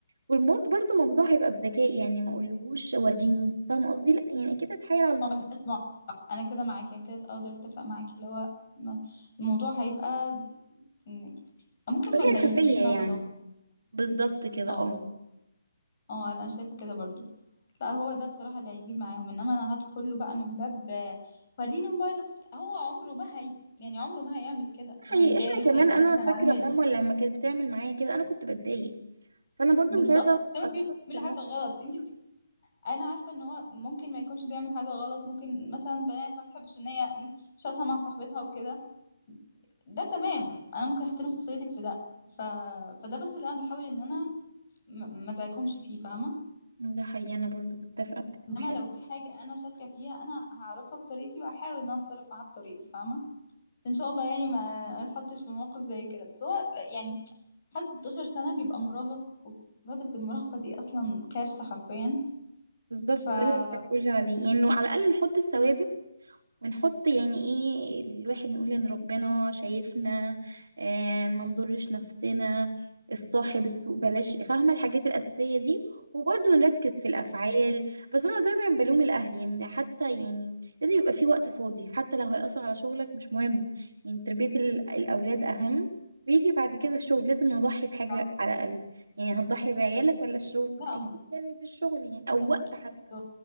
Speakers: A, on the right (about 60°); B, on the left (about 30°).
A: وبرضه الموضوع هيبقى بذكاء يعني ما اقولهوش وريني فاهمه قصدي لا يعني اكيد اتحايل على الموضوع
B: اه ما يبقاش نوع انا كده معاكي انا كده اقدر اتفق معاكي اللي هو إنه الموضوع هيبقى م- ممكن
A: بطريقه
B: ما نبينلوش
A: خفيه
B: ان
A: يعني
B: انا بدور
A: بالظبط كده
B: اه
A: اه
B: ب- اه انا شايفه كده برضو لا هو ده بصراحه اللي هيجيب معاهم انما انا هدخل له بقى من باب آه، وريني موبايلك وبت- هو عمره ما هي يعني عمره ما هيعمل كده
A: حقيقي
B: وهيداري
A: احنا
B: وهيبقى
A: كمان انا
B: دايما
A: فاكره
B: عامل
A: ماما لما كانت بتعمل معايا كده انا كنت بتضايق فانا برضو
B: بالظبط
A: مش عايزه أت-
B: انت
A: اتحط
B: بتعملي
A: في الموقف
B: حاجه غلط انت بت... انا عارفه ان هو ممكن ما يكونش بيعمل حاجه غلط ممكن مثلا بنات ما تحبش ان هي شاتها مع صاحبتها وكده ده تمام انا ممكن احترم خصوصيتك في ده ف... فده بس اللي انا بحاول ان انا م- ما ازعجكمش فيه فاهمه
A: ده حقيقي انا برضو متفقه معاك
B: انما
A: في الحتة.
B: لو في حاجه انا شاكه فيها انا هعرفها بطريقتي وهحاول ان انا اتصرف معاها بطريقتي فاهمه ان شاء الله يعني ما ما اتحطش في موقف زي كده بس هو ف- يعني حد 16 سنه بيبقى مراهق وفي فتره المراهقه دي اصلا كارثه حرفيا
A: بالظبط
B: فيكون
A: ده اللي بقول عليه يعني لو على الاقل نحط الثوابت ونحط يعني ايه الواحد نقول ان ربنا شايفنا آه ما نضرش نفسنا الصاحب السوق بلاش فاهمة الحاجات الأساسية دي وبرضه نركز في الأفعال بس أنا دايما بلوم الأهل يعني حتى يعني لازم يبقى في وقت فاضي حتى لو هيأثر على شغلك مش مهم يعني تربية ال- الأولاد أهم ويجي بعد كده الشغل لازم نضحي بحاجة
B: صح
A: على الأقل يعني هتضحي بعيالك ولا الشغل
B: لا
A: أكيد يعني بالشغل يعني أو
B: لا
A: وقت
B: اكيد
A: حتى
B: مش شغل.